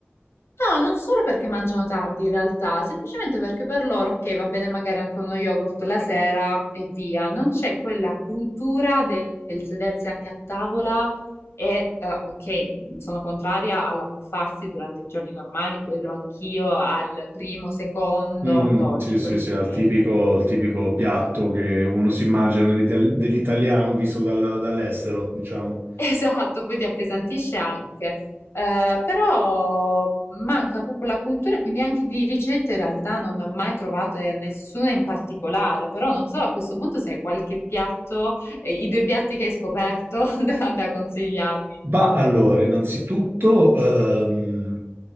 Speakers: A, on the left (about 80°); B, on the right (about 55°).
A: No, non solo perché mangiano tardi in realtà, semplicemente perché per loro, ok, va bene magari anche uno yogurt la sera e via, non c'è quella cultura del sedersi anche a tavola e, eh, ok, sono contraria all'abbuffarsi durante i giorni normali, quello anch'io al primo, secondo
B: Mm,
A: dolce,
B: sì, sì,
A: quello sicuramente.
B: sì, al tipico, il tipico piatto che uno si immagina nell'ita- dell'italiano visto dalla- dall'estero, diciamo.
A: Esatto, poi ti appesantisce anche, Eh, però manca proprio la cultura, quindi anche di ricette in realtà non ne ho mai trovate nessuna in particolare, però non so a questo punto se hai qualche piatto, eh, i due piatti che hai scoperto <laughs> da, da consigliarmi.
B: Bah, allora, innanzitutto ehm,